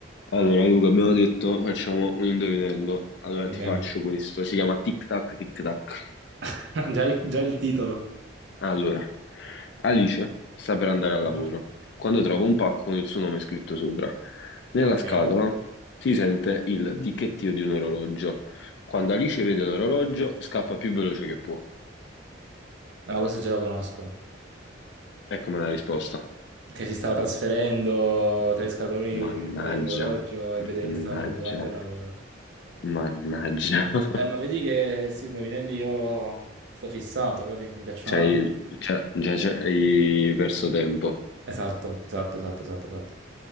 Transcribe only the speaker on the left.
Allora, Luca, abbiamo detto facciamo un indovinello. Allora,
ti
faccio questo. Si chiama Tic Tac Tic Tac.
Allora, Alice sta per andare al
lavoro quando trova un pacco con il suo nome scritto sopra. Nella
scatola si sente il ticchettio di un orologio. Quando Alice vede l'orologio, scappa più veloce che può.
Ecco la risposta.
Mannaggia,
mannaggia,
mannaggia. <laughs>
Cioè,
già, già, già hai perso tempo.